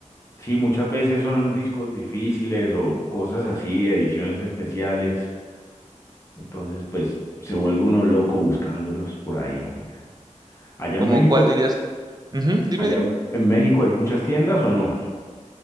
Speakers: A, on the left (about 20°); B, on the right (about 30°).
A: Sí, muchas veces son discos difíciles o cosas así, ediciones especiales. Entonces, pues se vuelve uno loco buscándolos por ahí. Allá
B: Como,
A: en México,
B: ¿cuál dirías? Ujú, dime,
A: allá
B: dime.
A: en en México hay muchas tiendas o no?